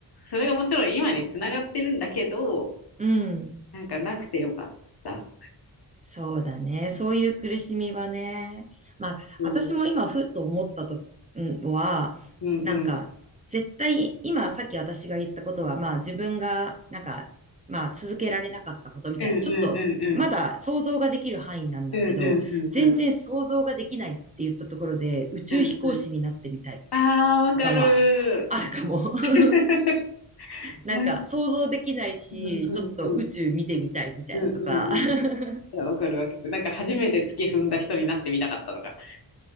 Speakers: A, on the left; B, on the right.
A: それがもちろん今につながってるんだけど、
B: うん。
A: なんかなくてよかった。
B: そうだね。そういう苦しみはね。まあ、
A: うん、
B: 私も今、
A: うん、
B: ふっと思ったと、うんは、
A: うん。
B: なんか、絶対、今、さっき私が言ったことは、まあ、自分が、なんか、まあ、続けられなかったことみたいな、
A: うんうんうんうん。
B: ちょっと、まだ想像ができる範囲なんだけど、
A: うんうんうんうん。
B: 全然想像ができないって言ったところで、宇宙飛行士になってみたいみたいな、
A: うんうん。ああ、わかる
B: とかは、あるかも。<laughs>
A: ー。<laughs>
B: なんか、
A: なん、
B: 想像できないし、
A: うんうんうん。
B: ちょっと宇宙見てみたいみたいなとか。
A: うんうんうん。
B: <laughs>
A: いや、わかるわかる。なんか初めて月踏んだ人になってみたかったとか。